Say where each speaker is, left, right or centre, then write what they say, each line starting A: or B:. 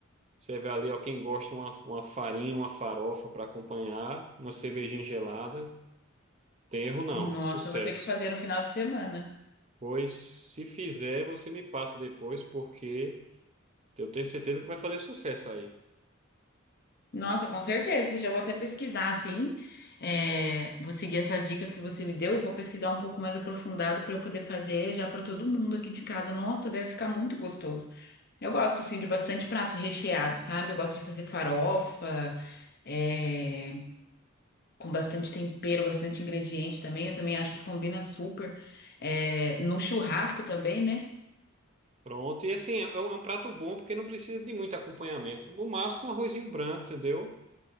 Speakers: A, on the right; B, on the left.
A: Você vê ali, ó, quem gosta, uma, uma farinha, uma farofa para acompanhar, uma cervejinha gelada. Tem erro não,
B: Nossa,
A: é sucesso.
B: eu vou ter que fazer no final de semana.
A: Pois se fizer, você me passa depois, porque eu tenho certeza que vai fazer sucesso aí.
B: Nossa, com certeza. Já vou até pesquisar, assim. É, vou seguir essas dicas que você me deu e vou pesquisar um pouco mais aprofundado para eu poder fazer já para todo mundo aqui de casa. Nossa, deve ficar muito gostoso. Eu gosto, assim, de bastante prato recheado, sabe? Eu gosto de fazer farofa, é, com bastante tempero, bastante ingrediente também. Eu também acho que combina super. É, no churrasco também, né?
A: Pronto, e assim, é é um, é um prato bom porque não precisa de muito acompanhamento. No máximo, um arrozinho branco, entendeu?